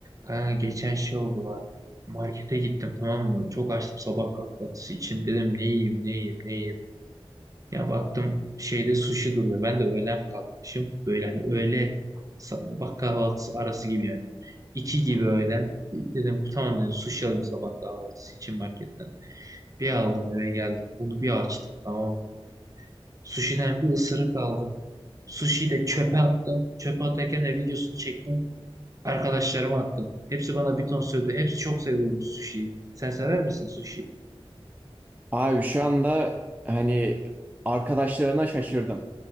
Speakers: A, on the right; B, on the right.
A: Kanka geçen şey oldu var. Markete gittim tamam mı? Çok açtım sabah kahvaltısı için. Dedim ne yiyeyim ne yiyeyim ne yiyeyim. Ya baktım şeyde sushi duruyor. Ben de öğlen kalkmışım. Böyle hani öğle sabah kahvaltısı arası gibi yani. İki gibi öğlen. Dedim tamam dedim sushi alayım sabah kahvaltısı için marketten. Bir aldım eve geldim. Bunu bir açtım tamam mı? Sushi'den bir ısırık aldım. Sushi'yi de çöpe attım. Çöpe atarken de videosunu çektim. Arkadaşlarıma attım. Hepsi bana bir ton söyledi. Hepsi çok seviyormuş sushi'yi. Sen sever misin sushi?
B: Abi şu anda hani arkadaşlarına şaşırdım.